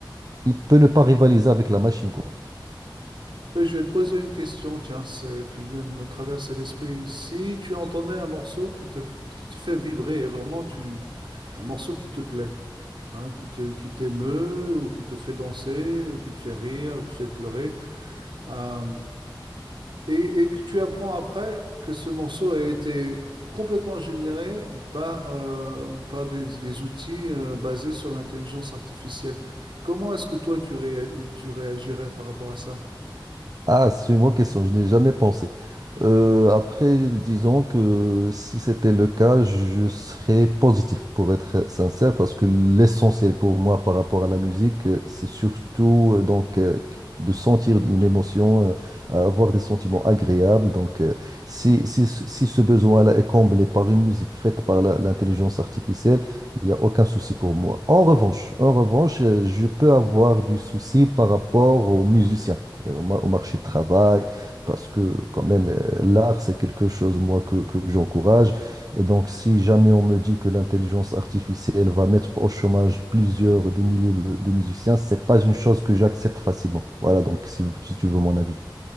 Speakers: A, on the right (about 50°); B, on the right (about 75°).
A: il peut ne pas rivaliser avec la machine, quoi.
B: Mais je vais te poser une question, tiens, c'est- qui vient de me traverser l'esprit. Si tu entendais un morceau qui te, qui te fait vibrer, et vraiment tu, un morceau qui te plaît, hein, qui te, qui t'émeut ou qui te fait danser ou qui te fait rire, ou qui te fait pleurer. euh, et, et que tu apprends après que ce morceau a été complètement généré par, euh, par des, des outils euh, basés sur l'intelligence artificielle. Comment est-ce que toi, tu, réa- tu réagirais par rapport à ça?
A: Ah, c'est une bonne question, je n'ai jamais pensé. Euh, après, disons que si c'était le cas, je serais positif, pour être sincère, parce que l'essentiel pour moi par rapport à la musique, euh, c'est surtout euh, donc euh, qu- de sentir une émotion, euh, avoir des sentiments agréables. Donc, euh, si, si, ce- si ce besoin-là est comblé par une musique faite par la- l'intelligence artificielle, il n'y a aucun souci pour moi. En revanche, en revanche, euh, je peux avoir du souci par rapport aux musiciens euh, au ma- au marché de travail, parce que quand même, euh, l'art, c'est quelque chose, moi, que, que j'encourage. Et donc, si jamais on me dit que l'intelligence artificielle va mettre au chômage plusieurs des milliers de, de musiciens, c'est pas une chose que j'accepte facilement. Voilà, donc, si, vous- si tu veux mon avis.